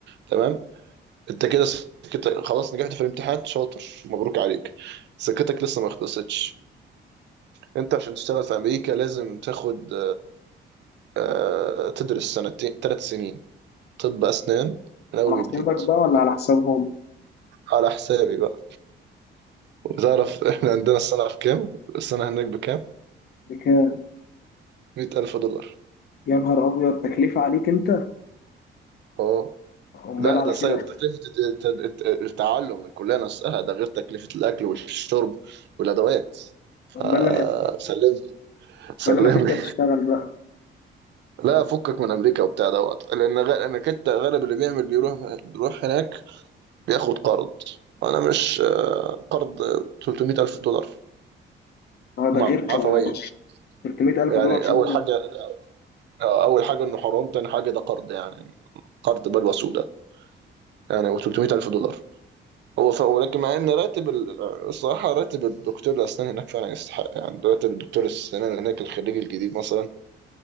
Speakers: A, on the right; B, on the left.
A: تمام أنت كده سكتك خلاص نجحت في الامتحان شاطر مبروك عليك سكتك لسه ما خلصتش أنت عشان تشتغل في أمريكا لازم تاخد آه، تدرس سنتين ثلاث سنين طب أسنان من أول
B: على
A: وجديد
B: حسابك بقى ولا على حسابهم
A: على حسابي بقى وتعرف إحنا عندنا السنة في كام السنة هناك بكام
B: بكام
A: 100000 دولار
B: يا نهار أبيض تكلفة عليك أنت
A: اه
B: أمال
A: لا
B: على
A: ده صاير
B: كده
A: تكلفة الت- الت- التعلم الكلية نفسها ده غير تكلفة الأكل والشرب والأدوات فسلم
B: أمال لما
A: سلم
B: أمال لما تبدأ
A: لي
B: تشتغل بقى
A: لا فكك من أمريكا وبتاع دوت لأن غ- لأن كنت غالب اللي بيعمل بيروح بيروح هناك بياخد قرض أنا مش آه، قرض 300 ألف دولار
B: أه ده
A: معاه
B: غير 300000
A: فوائد
B: دولار
A: يعني
B: شهر
A: أول حاجة آه، أول حاجة إنه حرام تاني حاجة ده قرض يعني قرض بلوى سوداء يعني و 300 ألف دولار هو ف... ولكن مع ان راتب ال... الصراحه راتب الدكتور الاسنان هناك فعلا يستحق يعني راتب الدكتور الاسنان هناك الخريج الجديد مثلا